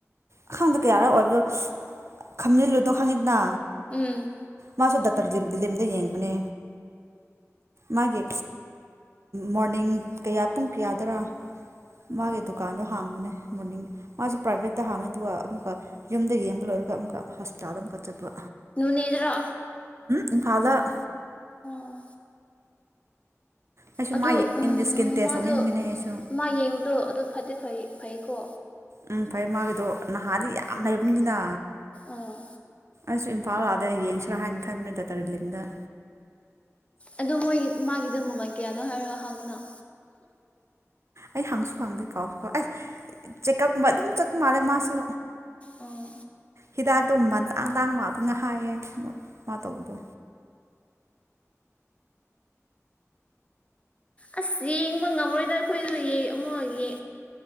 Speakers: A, on the right (about 60°); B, on the left (about 25°).
A: ꯑꯈꯥꯡꯗ ꯀꯌꯥꯔ ꯑꯣꯏꯕꯗꯣ ꯈꯝꯖꯤꯜꯂꯨꯗꯣ ꯈꯪꯉꯤꯗꯅ
B: ꯎꯝ
A: ꯃꯥꯁꯨ ꯗꯥꯛꯇꯔꯂꯤꯝꯗ ꯌꯦꯡꯕꯅꯦ ꯃꯥꯒꯤ ꯃꯣꯔꯅꯤꯡ ꯀꯌꯥ ꯄꯨꯡ ꯀꯌꯥꯗꯔ ꯃꯥꯒꯤ ꯗꯨꯀꯥꯟꯗꯣ ꯍꯥꯡꯕꯅꯦ ꯃꯣꯔꯅꯤꯡ ꯃꯥꯁꯨ ꯄ꯭ꯔꯥꯏꯚꯦꯠꯇ ꯍꯥꯡꯉ ꯑꯗꯨꯒ ꯑꯃꯨꯛꯀ ꯌꯨꯝꯗ ꯌꯦꯡꯕ ꯂꯣꯏꯔꯒ ꯑꯃꯨꯛꯀ ꯍꯣꯁꯄꯤꯇꯥꯜꯗ ꯑꯃꯨꯛꯀ ꯆꯠꯄ
B: ꯅꯅꯤꯗ꯭ꯔꯣ
A: ꯎꯝ ꯐꯥꯗ
B: ꯑꯣ
A: ꯑꯩꯁꯨ
B: ꯑꯗꯨ
A: ꯃꯥ ꯌꯦꯡꯅꯤꯡꯗꯦ
B: ꯎ
A: ꯏꯁꯀꯤꯟ ꯇꯦꯁ
B: ꯃꯥꯗꯣ
A: ꯇꯧꯅꯤꯡꯕꯒꯤꯅꯦ ꯑꯩꯁꯨ
B: ꯃꯥ ꯌꯦꯡꯕꯗꯣ ꯑꯗꯨ ꯐꯗꯤ ꯐꯩ ꯐꯩꯀꯣ
A: ꯎꯝ ꯐꯩ ꯃꯥꯒꯤꯗꯣ ꯅꯍꯥꯗꯤ ꯌꯥꯝ ꯂꯩꯔꯕꯅꯤꯅ
B: ꯑꯥ
A: ꯑꯩꯁꯨ ꯏꯝꯐꯥꯜ ꯑꯥꯗ ꯌꯦꯡꯁꯤꯔꯥ ꯍꯥꯏꯅ ꯈꯟꯕꯅꯦ ꯗꯇꯔꯂꯤꯝꯗ
B: ꯑꯗꯨ ꯃꯣꯏ ꯃꯥꯒꯤꯗꯣ ꯃꯃꯜ ꯀꯌꯥꯅꯣ ꯍꯥꯏꯔꯣ ꯍꯪꯉꯨꯅ ꯑ
A: ꯑꯩ ꯍꯪꯁꯨ ꯍꯪꯗꯦ ꯀꯥꯎꯁꯨ ꯀꯥꯎ ꯑꯩꯁ ꯆꯦꯛꯀꯞ ꯑꯗꯨꯝ ꯆꯠꯄ ꯃꯥꯜꯂꯦ ꯃꯥꯁꯨ
B: ꯑꯣ
A: ꯍꯤꯗꯥꯛꯇꯣ ꯃꯟꯇꯥꯡ ꯇꯥꯡ ꯋꯥꯇ ꯉ ꯍꯥꯏꯌꯦ ꯃꯥ ꯇꯧꯕꯗꯣ
B: ꯑꯁ ꯌꯦꯡꯕ ꯉꯝꯔꯣꯏꯗ ꯑꯩꯈꯣꯏꯁꯨ ꯑꯃꯨꯒꯤ